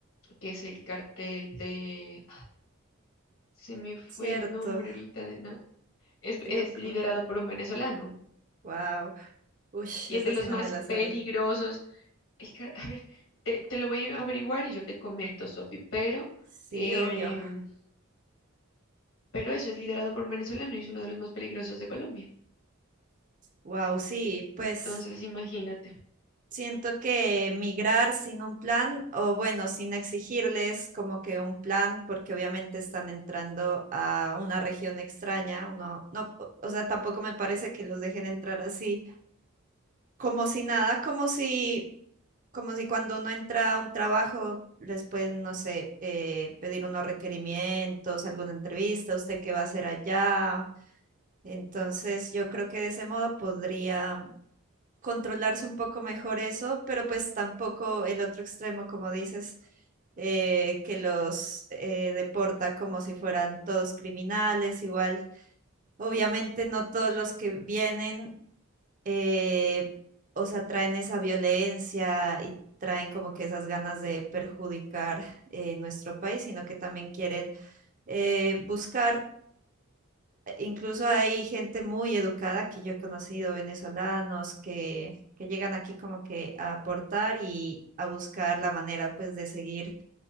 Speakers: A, on the left; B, on the right.
A: que es el cartel de... Se me fue
B: cierto,
A: el nombre ahorita. de- no, es,
B: qué
A: es
B: loco.
A: liderado por un venezolano.
B: Wow. Uy,
A: y
B: esa
A: es de los
B: sí no
A: más
B: me la sabe.
A: peligrosos. Ay, car- a ver, te, te lo voy a averiguar y yo te comento, Sofi, pero,
B: Sí,
A: em,
B: obvio.
A: pero eso es liderado por un venezolano y es uno de los más peligrosos de Colombia.
B: Wow, sí, pues.
A: Entonces, imagínate,
B: Siento que migrar sin un plan, o bueno, sin exigirles como que un plan, porque obviamente están entrando a una región extraña, uno, no, o o sea, tampoco me parece que los dejen entrar así, como si nada, como si, como si cuando uno entra a un trabajo les pueden, no sé, eh, pedir unos requerimientos, alguna entrevista, usted qué va a hacer allá. Entonces, yo creo que de ese modo podría controlarse un poco mejor eso, pero pues tampoco el otro extremo, como dices, eh, que los eh, deporta como si fueran todos criminales, igual. Obviamente no todos los que vienen, eh, o sea, traen esa violencia y traen como que esas ganas de perjudicar eh, nuestro país, sino que también quieren eh, buscar Incluso hay gente muy educada que yo he conocido, venezolanos, que, que llegan aquí como que a aportar y a buscar la manera pues de seguir